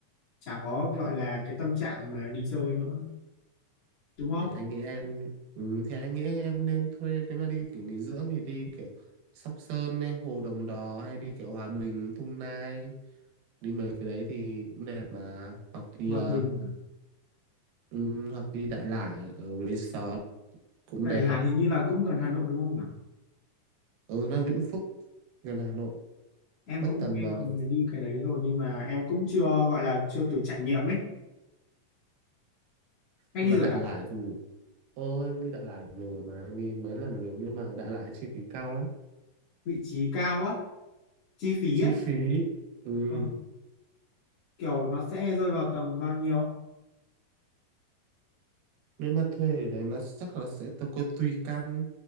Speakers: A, on the left; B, on the right.
A: chả có gọi là cái tâm trạng mà đi chơi nữa đúng không
B: thì anh nghĩ em ừ, thì anh nghĩ em nên thuê nếu mà đi kiểu nghỉ dưỡng thì đi kiểu Sóc Sơn hay Hồ Đồng Đò hay đi kiểu Hòa Bình Thung Nai đi mấy cái đấy thì cũng đẹp mà hoặc đi
A: Hòa
B: ờ,
A: Bình à?
B: ừ, hoặc đi Đại Lải ở resort cũng
A: Đại
B: đẹp
A: Lạt hình như là cũng gần Hà Nội đúng không nhỉ
B: ừ nó Vĩnh Phúc gần Hà Nội
A: em
B: mất
A: cũng
B: tầm
A: nghe
B: ờ,
A: mọi người đi cái đấy rồi nhưng mà em cũng chưa gọi là chưa thử trải nghiệm ấy anh
B: nhưng
A: đi
B: mà
A: rồi
B: Đại
A: à
B: Lải thì ô em đi Đại Lải nhiều mà em đi mấy lần liền nhưng mà ở Đại Lải chi phí cao lắm
A: vị trí cao á chi phí
B: chi
A: á
B: phí ừ.
A: Ờ, kiểu nó sẽ rơi vào tầm bao nhiêu
B: nếu mà thuê ở đấy nó chắc là sẽ tùy tùy căn